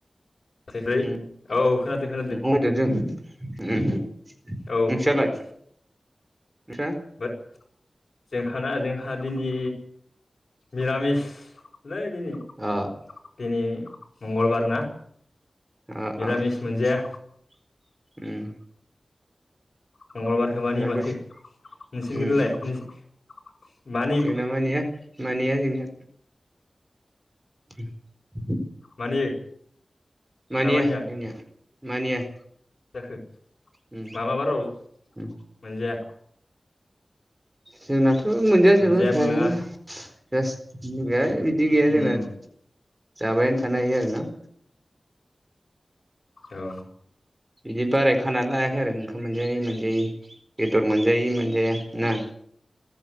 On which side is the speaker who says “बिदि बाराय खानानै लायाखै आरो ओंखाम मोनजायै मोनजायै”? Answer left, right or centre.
Right